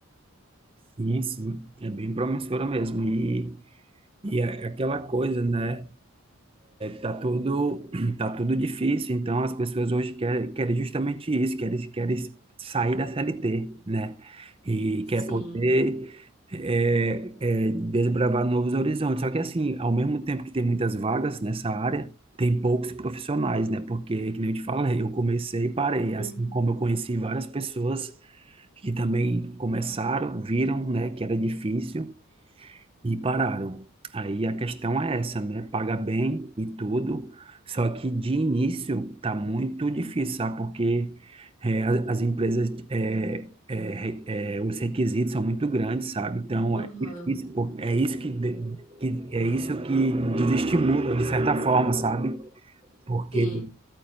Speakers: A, on the right; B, on the left.
A: Sim, sim, é bem promissora mesmo. E, e é aquela coisa, né? Tá tudo, <clears throat> tá tudo difícil, então as pessoas hoje querem, querem justamente isso, querem, querem sair da CLT, né? E quer
B: Sim.
A: poder é, é, desbravar novos horizontes. Só que assim, ao mesmo tempo que tem muitas vagas nessa área, tem poucos profissionais, né? Porque, que nem eu te falei, eu comecei e parei,
B: Uhum.
A: assim como eu conheci várias pessoas que também começaram, viram, né, que era difícil e pararam. Aí a questão é essa, né? Paga bem e tudo, só que de início tá muito difícil, sabe? Porque é, as, as empresas, é, é, re- é, os requisitos são muito grandes, sabe? Então
B: Aham.
A: é difícil, pô. é isso que, de- que é isso que desestimula de certa forma, sabe? Porque
B: Sim.